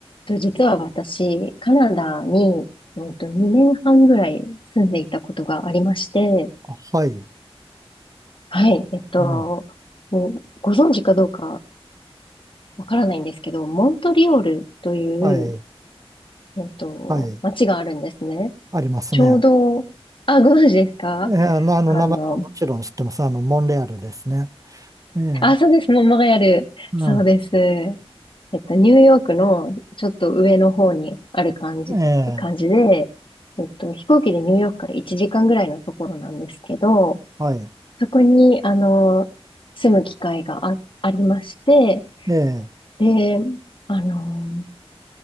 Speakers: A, on the left; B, on the right.
A: と、実は私、カナダに、うんと、2年半ぐらい住んでいたことがありまして、
B: あはい。
A: はい、えっと、
B: うん、
A: うんご存知かどうかわからないんですけど、モントリオールという、
B: はい。
A: えっと、
B: はい。
A: 街があるんですね。
B: ありますね。
A: ちょうど、あ、ご存知ですか
B: ええあの、
A: あの、
B: 名前はもちろん知ってます。あの、モンレアルですね。ええ
A: あ、そうです。もうモンレアル。
B: うん。
A: そうです。えっと、ニューヨークのちょっと上の方にある感じ、
B: ええ
A: 感じで、えっと、飛行機でニューヨークから1時間ぐらいのところなんですけど、
B: はい。
A: そこに、あの、住む機会があ、ありまして、
B: ええ
A: で、あの、